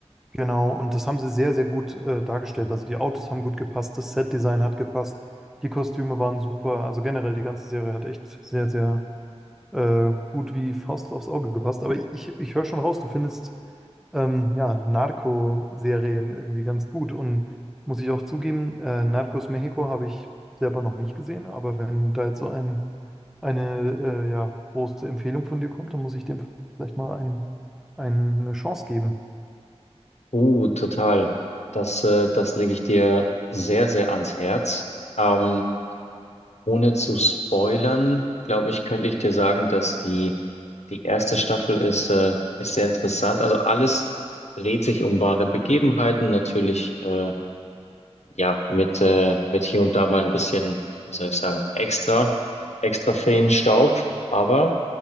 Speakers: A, in the centre; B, on the left.
A: Genau, und das haben sie sehr, sehr gut äh, dargestellt. Also die Autos haben gut gepasst, das Set-Design hat gepasst, die Kostüme waren super. Also generell die ganze Serie hat echt sehr, sehr äh, gut wie Faust aufs Auge gepasst. Aber ich, ich höre schon raus, du findest ähm, ja, Narco-Serien irgendwie ganz gut. Und muss ich auch zugeben, äh, Narcos Mexico habe ich selber noch nicht gesehen, aber wenn da jetzt so ein, eine äh, ja, große Empfehlung von dir kommt, dann muss ich dem vielleicht mal ein, eine Chance geben.
B: Uh, total. Das, äh, das lege ich dir sehr, sehr ans Herz. Ähm, Ohne zu spoilern, glaube ich, könnte ich dir sagen, dass die, die erste Staffel ist, äh, ist sehr interessant. Also alles dreht sich um wahre Begebenheiten, natürlich äh, ja mit, äh, mit hier und da mal ein bisschen, wie soll ich sagen, extra, extra Feenstaub, aber